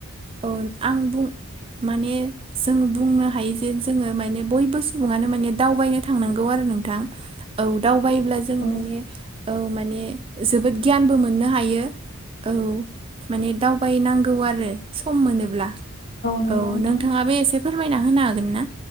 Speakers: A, on the right; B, on the left.
A: औ आं बुं माने जों बुंनो हायो जे जोङो माने बयबो सुबुङानो माने दावबायनो थांनांगौ आरो नोंथां औ दावबायोब्ला जोङो
B: औ
A: माने औ माने जोबोद गियानबो मोननो हायो औ। माने दावबायनांगौ आरो सम मोनोब्ला।
B: नंगौ
A: औ
B: नोंथां
A: नोंथाङाबो एसे फोरमायना होनो हागोनना?